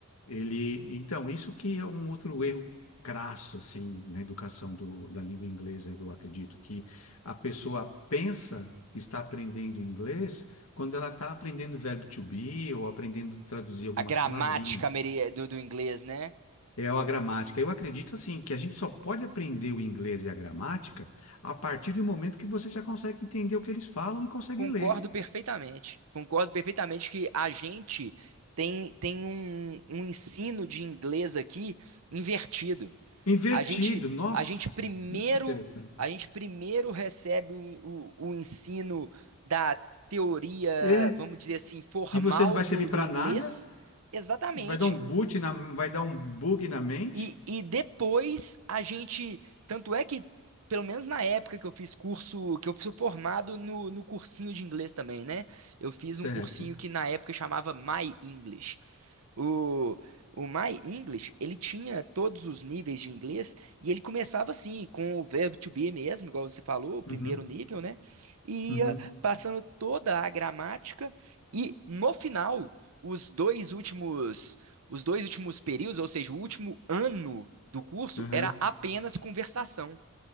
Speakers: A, on the left; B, on the right.
A: ele, então, isso que é um outro erro crasso, assim, na educação do, da língua inglesa, eu acredito, que a pessoa pensa que está aprendendo inglês quando ela está aprendendo o verbo to be ou aprendendo a traduzir algumas
B: A gramática
A: palavrinhas.
B: ameri- do, do inglês, né?
A: É a gramática. Eu acredito, assim, que a gente só pode aprender o inglês e a gramática a partir do momento que você já consegue entender o que eles falam e consegue
B: Concordo
A: ler.
B: perfeitamente. Concordo perfeitamente que a gente tem, tem um, um ensino de inglês aqui invertido.
A: Invertido,
B: A gente,
A: nossa,
B: a gente primeiro,
A: muito interessante.
B: a gente primeiro recebe o, o, o ensino da teoria,
A: É,
B: vamos dizer assim, formal
A: que você não vai
B: do,
A: servir para
B: do inglês.
A: nada,
B: Exatamente.
A: e vai dar um boot na, vai dar um bug na mente.
B: E, e depois a gente. Tanto é que, pelo menos na época que eu fiz curso, que eu fui formado no, no cursinho de inglês também, né? Eu fiz
A: Certo.
B: um cursinho que na época chamava My English. O, o My English, ele tinha todos os níveis de inglês e ele começava assim, com o verbo to be mesmo, igual você falou, o primeiro
A: Uhum,
B: nível, né? E
A: uhum,
B: ia passando toda a gramática e no final, os dois últimos, os dois últimos períodos, ou seja, o último ano do curso
A: uhum.
B: era apenas conversação,